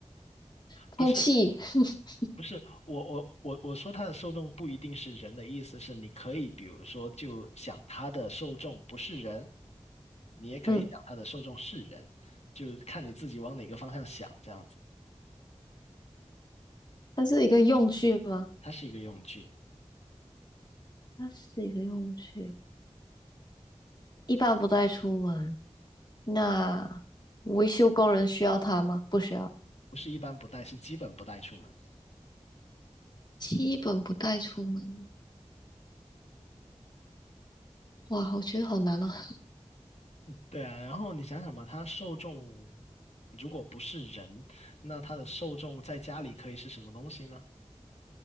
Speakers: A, on the left; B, on the left.
A: 空气。
B: 不是。
A: <laughs>
B: 不是我我我我说它的受众不一定是人的意思是，你可以比如说就想它的受众不是人，你也可以想它的受众是人，
A: 嗯，
B: 就看你自己往哪个方向想这样子。
A: 它是一个用具吗？
B: 它是一个用具，
A: 它是一个用具，一般不带出门。那维修工人需要它吗？不需要，
B: 不是一般不带，是基本不带出门。
A: 基本不带出门。哇，我觉得好难哦。<laughs>
B: 对啊，然后你想想嘛，它受众如果不是人，那它的受众在家里可以是什么东西呢？